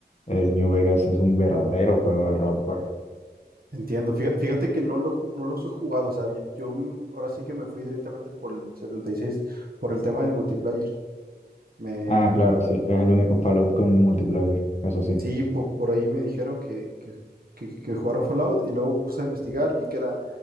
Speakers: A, on the left (about 40°); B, on the right (about 60°).
A: el New Vegas es un verdadero juego de rol, pues.
B: Entiendo. Fí- Fíjate que no, lo, ju- no los he jugado. O sea, yo, yo, mm, ahora sí que me fui directamente por el 76 por el tema del multiplayer. Me,
A: Ah, claro, sí, es el único Fallout con multiplayer, eso sí.
B: sí, po- por, ahí me dijeron que, que, que, que jugaron Fallout y luego puse a investigar, vi que era,